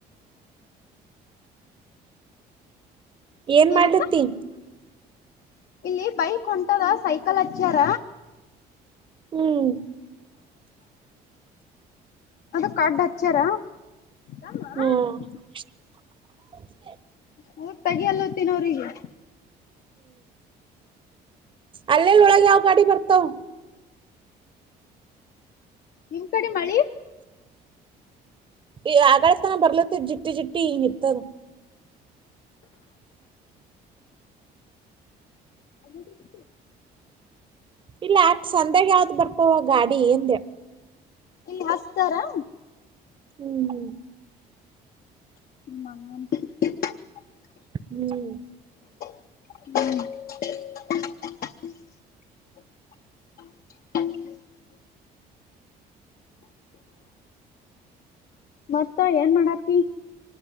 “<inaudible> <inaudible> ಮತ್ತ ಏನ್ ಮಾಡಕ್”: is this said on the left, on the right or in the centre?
Left